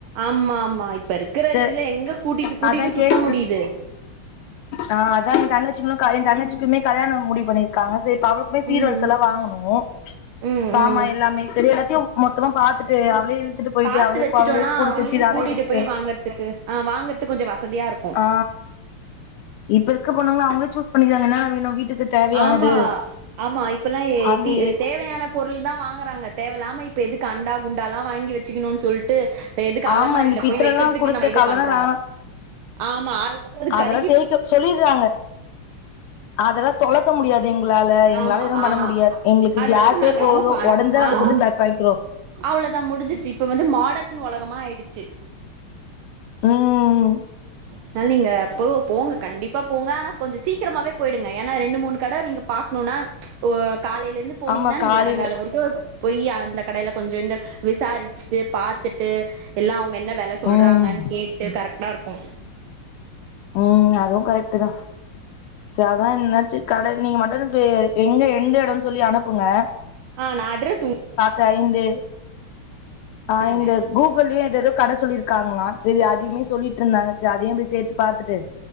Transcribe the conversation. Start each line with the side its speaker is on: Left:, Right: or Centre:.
Right: ஆமா ஆமா இப்ப இருக்கிற
Left: ச
Right: இதுல எங்க கூட்டிட்டு கூட்டிட்டு
Left: அதா
Right: சுத்த
Left: கேட்ரு
Right: முடியுது
Left: ஆ அதா எ தங்க ச்சி எ தங்கச்சிக்குமே கல்யாணோ முடிவு பண்ணிருக்காங்க சரி அவளுக்குமே சீர்
Right: ம்
Left: வரிசலா வாங்கணு
Right: ம்
Left: சாமா
Right: ம்
Left: எல்லாமே சரி எல்லாத்தையு மொத்தமா பாத்துட்டு அவளே இழுத்துட்டு போயிட்டு
Right: பாத்து
Left: அவளே
Right: வெச்சுட்டோனா
Left: அவளே கூட
Right: அவளையு
Left: சுத்தி அலைய
Right: கூட்டிட்டு
Left: வச்சுட்டு
Right: போய் வாங்கறதுக்கு வாங்கறதுக்கு கொஞ்சோ வசதியா இருக்கு
Left: ஆ இப்ப இருக்க பொண்ணுங்ளா அவங்களே சூஸ் பண்ணிக்கிறாங்க என்னா வேணு வீட்டுக்கு தேவையானது
Right: ஆமா ஆமா இப்பல்லா
Left: அது
Right: தி தேவையான பொருள்தா வாங்கறாங்க தேவல்லாம இப்ப எதுக்கு அண்டா குண்டால வாங்கி வெச்சுக்கணுன் சொல்ட்டு எதுக்கு அலமாரில
Left: ஆமா இந்த பித்தலல்லா
Right: போய் வைக்கறதுக்கு
Left: குடுத்த
Right: நம்ம இது
Left: கால்லா
Right: பண்றோ
Left: வேணா
Right: ஆமா அதுக்கப்றோ அது
Left: அதெல்லா
Right: கருகி போயிடுது
Left: தேய்க்க சொல்லிர்றாங்க அதெல்லா தொல க்க முடியாது எங்களால எங்களால
Right: ஆமா
Left: எதுவு பண்ண
Right: ஆமா
Left: முடியாது எங்களுக்கு
Right: அத
Left: கிளாஸே
Right: வச்சு நாங்க
Left: போது
Right: எதுவு ப
Left: ஒடஞ்சா நாங்க
Right: ஆமா
Left: புது கிளாஸ் வாங்கிக்கிறோ
Right: அவ்ளதா முடிஞ்சுச்சு இப்ப வந்து மாடன் உலகம் ஆயிடுச்சு
Left: ம்
Right: அதனால நீங்க போங்க போங்க கண்டிப்பா போங்க ஆனா கொஞ்ச சீக்கிரமாவே போயிடுங்க ஏனா ரெண்டு மூணு கட நீங்க பாக்ணுனா ஒ காலைல இருந்து போனிங்னா
Left: ஆமா
Right: நீங்க
Left: காலைல
Right: சாங்கால வரைக்கு போயி அந் த கடைல கொஞ்சோ இந்த விசாரிச்சுட்டு பாத்துட்டு எல்லா அவுங்க என்ன வெல சொல்றாங்கன்
Left: ம்
Right: கேட்டு கரெக்டா இருக்கு
Left: ம் அதுவு கரெக்ட்டுதா சர் அதா எதனாச்சு கடை நீங்க மட்டனுட்டு எங்க எந்த எடன்னு சொல்லி அனுப்புங்க
Right: ஆ நா அட்ரஸ் உங்
Left: கைந்து
Right: பாருங்க
Left: ஐந்து கூகுள் ஏ ஏதேதோ கடை சொல்லிருக் காங்லா செரி அதைமே சொல்லிட்ருந்தாங்க செ அதையும் போய் சேத்து துட்டு